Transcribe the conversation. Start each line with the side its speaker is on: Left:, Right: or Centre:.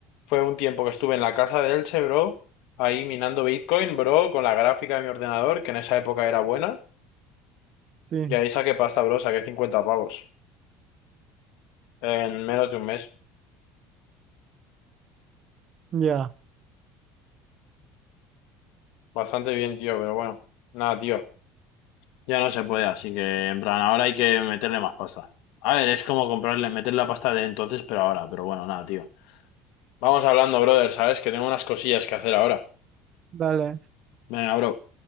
Left: fue un tiempo que estuve en la casa de Elche, bro, ahí minando Bitcoin, bro, con la gráfica de mi ordenador, que en esa época era buena,
Right: Sí,
Left: y ahí saqué pasta, bro, saqué 50 pavos en menos de un mes.
Right: ya.
Left: Bastante bien, tío, pero bueno, nada, tío, ya no se puede, así que en plan, ahora hay que meterle más pasta. A ver, es como comprarle, meter la pasta de entonces, pero ahora, pero bueno, nada, tío. Vamos hablando, brother, ¿sabes? Que tengo unas cosillas que hacer ahora.
Right: Vale.
Left: Venga, bro.